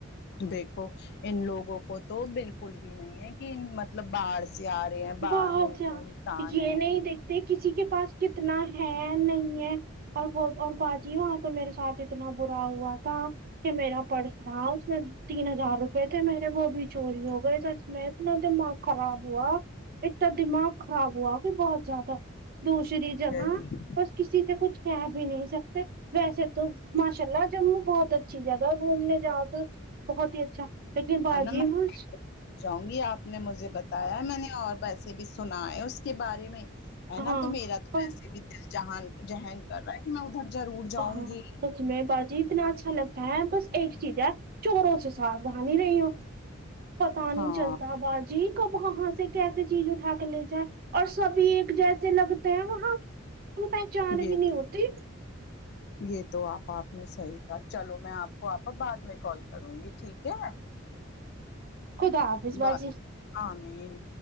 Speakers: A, on the left; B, on the right.
A: دیکھو ان لوگوں کو تو بالکل بھی نہیں ہے کہ مطلب باہر سے جا رہے ہیں باہر
B: بہت
A: ملک
B: سے
A: کا انسان
B: یہ
A: ہے
B: نہیں دیکھتے کسی کے پاس کتنا ہے نہیں ہے اور وہ اور باجی وہاں پہ میرے ساتھ اتنا برا ہوا تھا کہ میرا پرس تھا اس میں تین ہزار روپئے تھے میرے وہ بھی چوری ہو گئے سچ میں اتنا دماغ خراب ہوا اتنا دماغ خراب ہوا کہ بہت زیادہ دوسری
A: ہے
B: جگہ بس کسی نے کچھ کہ بھی نہیں سکتے ویسے تو ماشاء اللہ جموں بہت اچھی جگہ ہے گھومنے جاؤ تو بہت ہی اچھا لیکن باجی
A: نا میں
B: مجھ
A: جاؤں گی آپ نے مجھے بتایا میں نے اور ویسے بھی سنا ہے اس کے بارے میں ہے
B: ہاں
A: نا تو میرا تو
B: پر
A: ویسے بھی دل جہان ذہن کر رہا ہے کہ میں ادھر ضرور جاؤں
B: ہاں
A: گی
B: سچ میں باجی اتنا اچھا اچھا لگتا ہے بس ایک چیز ہے چوروں سے ساؤدھانی رہی ہو پتا نہیں
A: ہاں
B: چل تا باجی کب کہاں سے کیسے چیز اٹھا کے لے جائے اور سبھی ایک جیسے لگتے وہاں پہچان
A: یہ
B: بھی نہیں ہوتی
A: یہ تو آپا آپ نے صحیح کہا چلو میں آپ کو آپا بعد میں کال کر کروں گی ٹھیک ہے
B: خدا حافظ باجی
A: بس آمین